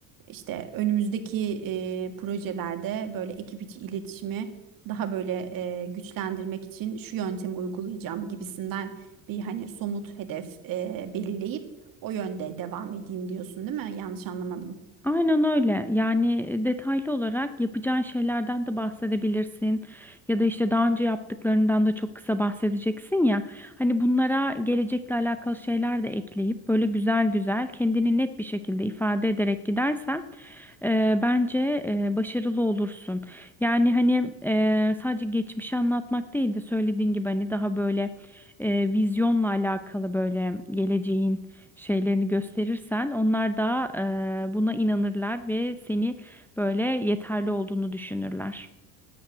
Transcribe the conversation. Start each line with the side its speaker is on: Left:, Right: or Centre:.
Right: işte önümüzdeki e, projelerde böyle ekip içi iletişimi daha böyle e, güçlendirmek için şu yöntemi uygulayacağım gibisinden bir hani somut hedef e, belirleyip o yönde devam edeyim diyorsun değil mi? Yanlış anlamadım.
Centre: Aynen öyle. Yani detaylı olarak yapacağın şeylerden de bahsedebilirsin. Ya da işte daha önce yaptıklarından da çok kısa bahsedeceksin ya. Hani bunlara gelecekle alakalı şeyler de ekleyip böyle güzel güzel kendini net bir şekilde ifade ederek gidersen e, bence e, başarılı olursun. Yani hani e, sadece geçmişi anlatmak değil de söylediğin gibi hani daha böyle e, vizyonla alakalı böyle geleceğin şeylerini gösterirsen onlar da e, buna inanırlar ve seni böyle yeterli olduğunu düşünürler.